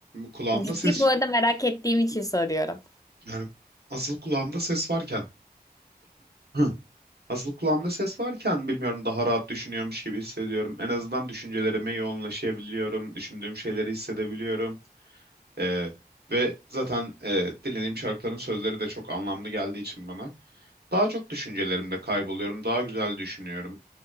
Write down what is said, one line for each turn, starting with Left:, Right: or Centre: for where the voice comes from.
Right: Kulağımda
Left: Ciddi
Right: ses
Left: bu arada merak ettiğim için soruyorum.
Right: yani asıl kulağımda ses varken Hı. asıl kulağımda ses varken bilmiyorum daha rahat düşünüyormuş gibi hissediyorum. En azından düşüncelerime yoğunlaşabiliyorum. Düşündüğüm şeyleri hissedebiliyorum. Ee, ve zaten e, dinlediğim şarkıların sözleri de çok anlamlı geldiği için bana daha çok düşüncelerimde kayboluyorum. Daha güzel düşünüyorum.